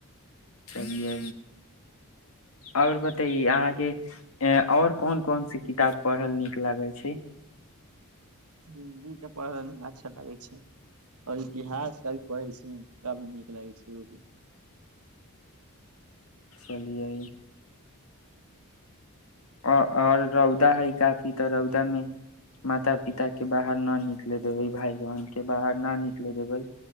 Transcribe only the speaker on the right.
हिन्दीके पढ़मे अच्छा लागै छै आओर इतिहास क भी पढ़ै छी काभी नीक लगै छै ओ